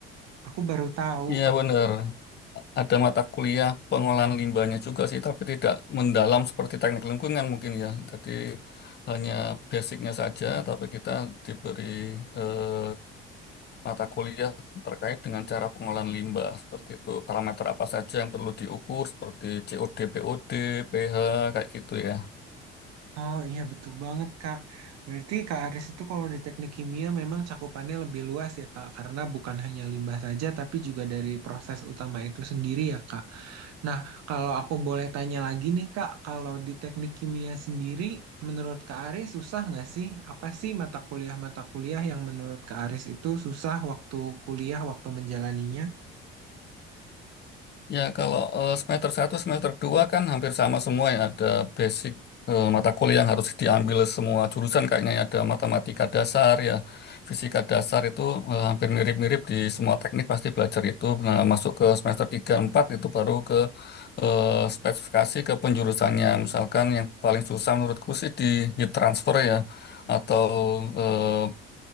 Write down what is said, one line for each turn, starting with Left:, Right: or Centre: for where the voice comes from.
Right: Aku baru tahu.
Left: Iya benar. Ada mata kuliah pengolahan limbahnya juga sih, tapi tidak mendalam seperti teknik lingkungan mungkin ya. Jadi hanya basicnya saja, tapi kita diberi eh, mata kuliah terkait dengan cara pengolahan limbah seperti itu. Parameter apa saja yang perlu diukur seperti COD, BOD, pH kayak gitu ya.
Right: Oh iya betul banget Kak. Berarti Kak Aris itu kalau di teknik kimia memang cakupannya lebih luas ya Kak, karena bukan hanya limbah saja tapi juga dari proses utama itu sendiri ya Kak. Nah, kalau aku boleh tanya lagi nih Kak, kalau di teknik kimia sendiri menurut Kak Aris susah nggak sih? Apa sih mata kuliah-mata kuliah yang menurut Kak Aris itu susah waktu kuliah, waktu menjalaninya?
Left: Ya, kalau eh, semester satu, semester 2 kan hampir sama semua ya. Ada basic eh, mata kuliah yang harus diambil semua jurusan. Kayaknya ya. ada matematika dasar ya, fisika dasar itu eh, hampir mirip-mirip di semua teknik pasti belajar itu. Nah, masuk ke semester 3, 4 itu baru ke eh, spesifikasi ke penjurusannya. Misalkan yang paling susah menurutku sih di heat transfer ya, atau eh,